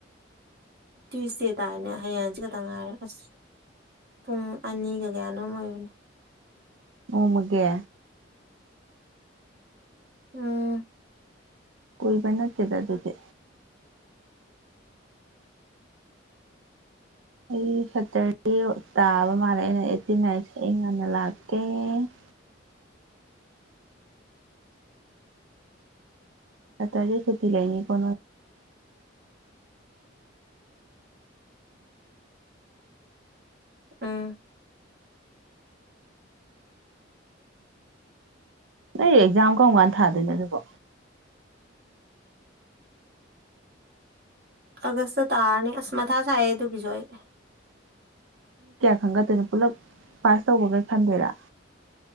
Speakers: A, on the right; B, on the right.
A: ꯇ꯭ꯋꯨꯁꯗꯦ ꯇꯥꯔꯅꯦ ꯍꯌꯦꯡꯁꯤ ꯈꯛꯇꯪ ꯉꯥꯏꯔꯦ ꯑꯁ ꯄꯨꯡ ꯑꯅꯤꯒ ꯀꯌꯥꯅꯣꯝ ꯑꯣꯏꯕꯅꯤ
B: ꯎꯃꯒꯦ
A: ꯎꯝ
B: ꯀꯣꯏꯕ ꯅꯠꯇꯦꯗ ꯑꯗꯨꯗꯤ ꯑꯩ ꯁꯇꯔꯗꯦ ꯇꯥꯕ ꯃꯥꯜꯂꯦ ꯑꯩꯅ ꯑꯩꯠꯇꯤ ꯅꯥꯏꯟꯠꯁꯦ ꯑꯩ ꯉꯟꯅ ꯂꯥꯛꯀꯦ <unintelligible> ꯑ ꯇꯖꯦ ꯁꯇꯤ ꯂꯩꯌꯦ ꯀꯣ
A: ꯎꯝ
B: ꯅ ꯑꯦꯛꯖꯥꯝ ꯀꯔꯝ ꯀꯥꯟꯗ ꯊꯥꯗꯣꯏꯅꯣ ꯑꯗꯨꯕꯣ
A: ꯑꯒꯁ ꯇꯥꯅꯤ ꯑꯁ ꯃꯊꯥ ꯆꯑ ꯇꯨ ꯀꯖꯣꯏ
B: ꯈꯟꯒꯠꯇꯣꯏꯅ ꯄꯨꯜꯂꯞ ꯄꯥꯁ ꯇꯧꯕꯈꯩ ꯈꯟꯗꯣꯏꯔꯥ